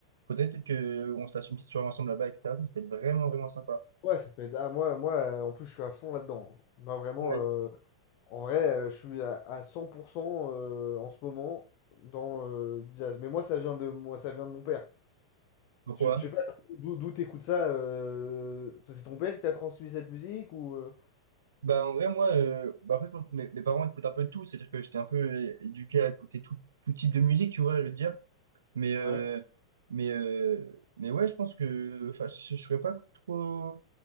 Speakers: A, on the right (about 65°); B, on the left (about 45°).
A: Faudrait peut-être que on se fasse une petite soirée ensemble là-bas, etc. Ça, ça peut être vraiment, vraiment sympa.
B: Ouais, ça peut être... Ah, moi, moi, euh, en plus, je suis à fond là-dedans. Moi, vraiment,
A: Ouais.
B: euh, En vrai, euh, je suis à, à 100% euh, en ce moment dans euh, du jazz. Mais moi, ça vient de moi, ça vient de mon père.
A: Pourquoi?
B: Je, je sais pas d'où d'où t'écoutes ça. euh, C'est ton père qui t'a transmis cette musique ou euh,
A: Bah en vrai, moi, euh, bah, en fait, moi, mes, mes parents écoutent un peu de tout. C'est-à-dire que j'étais un peu euh, éduqué à écouter tout, tout type de musique, tu vois, je veux dire. Mais, euh,
B: Ouais.
A: mais, euh, mais ouais, je pense que... Enfin, je ne saurais pas trop,